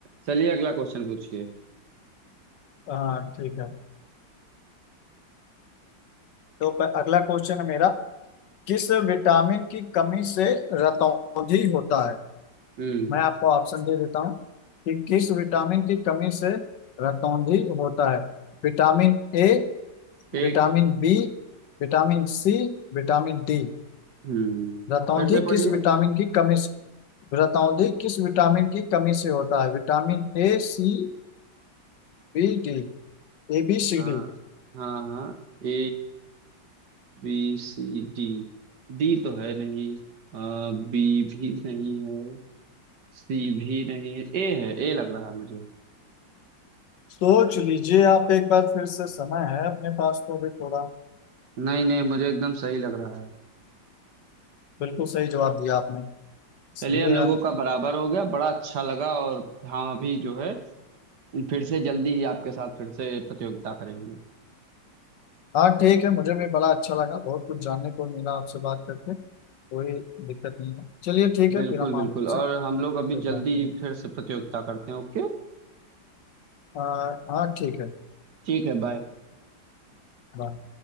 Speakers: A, on the right (about 60°); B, on the left (about 70°).
A: चलिए अगला क्वेश्चन पूछिए
B: हाँ ठीक है तो प- अगला क्वेश्चन है मेरा किस विटामिन की कमी से रतौंधी होता है
A: हम्म
B: मैं आपको ऑप्शन दे देता हूँ कि किस विटामिन की कमी से रतौंधी होता है Vitamin A
A: एक
B: vitamin B vitamin C vitamin D
A: हम्म
B: रतौंधी
A: फिर से पढ़िए
B: किस विटामिन की कमी से रतौंधी किस विटामिन की कमी से होता है Vitamin A C B D A B C
A: आ,
B: D
A: हाँ हाँ A B C D D तो है नहीं आ, बी भी नहीं है सी भी नहीं है ए है ए लग रहा है मुझे
B: सोच लीजिए आप एक बार फिर से समय है अपने पास तो अभी थोड़ा
A: नहीं नहीं मुझे एकदम सही लग रहा है
B: बिल्कुल सही जवाब दिया आपने
A: चलिए
B: सही
A: हम
B: है
A: लोगों
B: यार
A: का बराबर हो गया बड़ा अच्छा लगा और हम अभी जो है फिर से जल्दी ही आपके साथ फिर से प्रतियोगिता करेंगे
B: हाँ ठीक है मुझे भी बड़ा अच्छा लगा बहुत कुछ जानने को मिला आपसे बात करके कोई दिक्कत नहीं है चलिए ठीक
A: बिल्कुल
B: है फिर हम
A: बिल्कुल
B: आपसे
A: और हम लोग
B: फिर
A: अभी
B: बात
A: जल्दी
B: करें
A: ही फिर से प्रतियोगिता करते हैं ओके
B: आ, हाँ ठीक है
A: ठीक है बाय
B: बाय